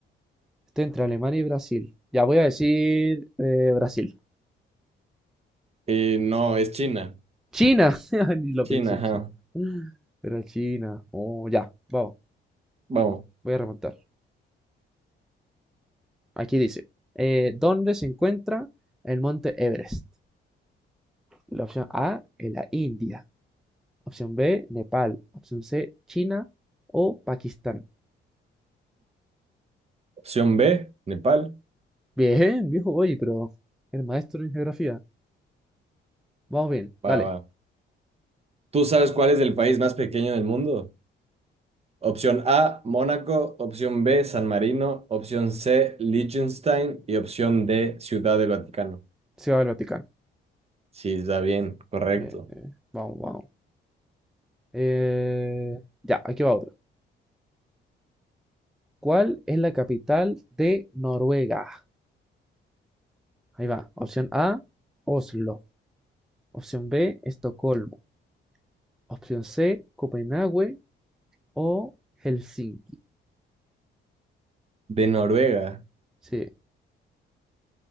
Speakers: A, in the centre; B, on the right.
A: Estoy entre Alemania y Brasil. Ya voy a decir eh, Brasil.
B: Eh, no, es China.
A: China. <laughs> Ni lo
B: China,
A: pensé,
B: ajá.
A: China. Era China. Oh, ya, vamos.
B: Vamos.
A: Voy a remontar. Aquí dice, eh, ¿dónde se encuentra el monte Everest? La opción A en la India. Opción B, Nepal. Opción C, China o Pakistán.
B: Opción B, Nepal.
A: Bien, viejo, oye, pero el maestro en geografía. Vamos bien,
B: Va,
A: dale.
B: va. ¿Tú sabes cuál es el país más pequeño del mundo? Opción A, Mónaco. Opción B, San Marino. Opción C, Liechtenstein. Y opción D, Ciudad del Vaticano.
A: Se va al Vaticano.
B: Sí, está bien, correcto.
A: Bien, eh, vamos, vamos. Eh, ya, aquí va otro. ¿Cuál es la capital de Noruega? Ahí va. Opción A, Oslo. Opción B, Estocolmo. Opción C, Copenhague o Helsinki.
B: De Noruega.
A: Sí,